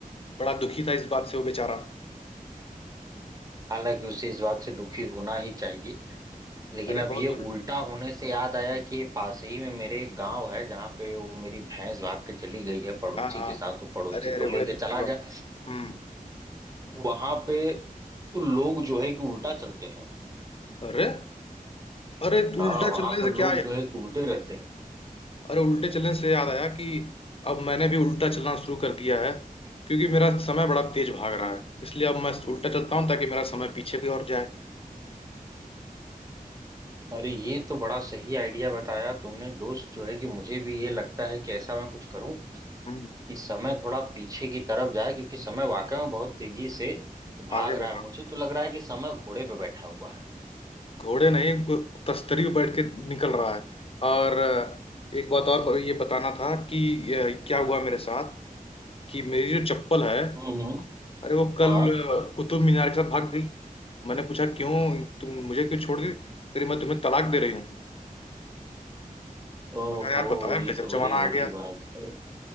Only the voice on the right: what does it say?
हालांकि उसे इस बात से दुखी होना ही चाहिए लेकिन
अब
ये उल्टा
होने से याद आया कि ये पास ही में मेरे एक गांव है जहाँ पे वो मेरी भैंस भाग के चली गई है पड़ोसी
के साथ वो पड़ोसी
तो लेके
चला
गया
वहां पे लोग जो है कि उल्टा चलते हैं
हाँ
वहां
पर
लोग
जो है कि उल्टे रहते हैं
अरे ये तो बड़ा सही आइडिया बताया तुमने दोस्त जो है कि मुझे भी ये लगता है कि ऐसा मैं कुछ करूं
कि समय थोड़ा पीछे की तरफ जाए क्योंकि समय वाकई में बहुत तेजी से भाग
रहा
है
मुझे तो लग रहा है कि समय घोड़े पे बैठा हुआ है
हम्म हम्म।
हाँ
ओहो
ये
तो बड़ी
बुरी
बात है